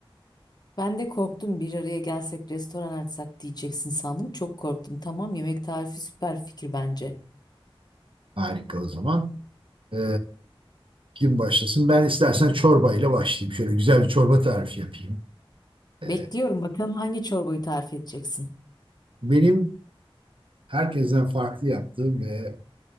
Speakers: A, on the left; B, on the right.
A: Ben de korktum bir araya gelsek restoran açsak diyeceksin sandım. Çok korktum. Tamam yemek tarifi süper fikir bence.
B: Harika o zaman. Ee, kim başlasın? Ben istersen çorba ile başlayayım. Şöyle güzel bir çorba tarifi yapayım. Ee,
A: Bekliyorum bakalım hangi çorbayı tarif edeceksin.
B: benim herkesten farklı yaptığım ve